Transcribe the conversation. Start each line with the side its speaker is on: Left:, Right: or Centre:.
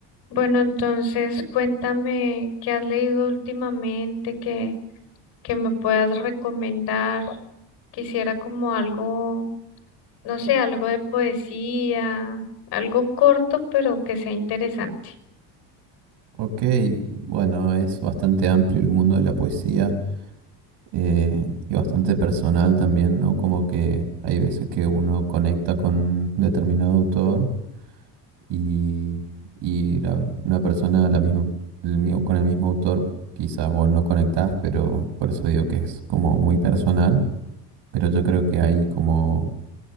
Left: Bueno, entonces cuéntame qué has leído últimamente, que, que me puedas recomendar. Quisiera como algo, no sé, algo de poesía, algo corto, pero que sea interesante.
Right: Ok, bueno, es bastante amplio el mundo de la poesía eh, y bastante personal también, ¿no? Como que hay veces que uno conecta con determinado autor y, y la- una persona la misma, el mismo- con el mismo autor quizás vos no conectás, pero por eso digo que es como muy personal, pero yo creo que hay como,